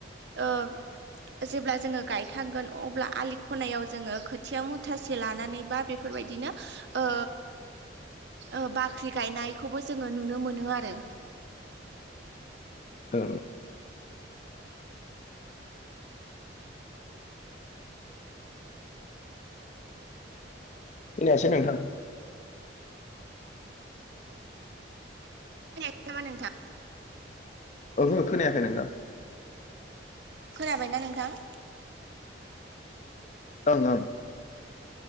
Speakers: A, on the right; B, on the left.
A: ओ जेब्ला जोङो गायखांगोन अब्ला आलि खनायाव जोङो खोथिया मुथासे लानानै बा बेफोर बिदिनो ओ ओ बाख्रि गायनायखौबो जोङो नुनो मोनो आरो।
B: ओ। खोनायासै नोंथां।
A: खोनायाखै नामा नोंथां?
B: ओहो खोनायाखै नोंथां।
A: खोनाबायना नोंथां?
B: ओं ओं।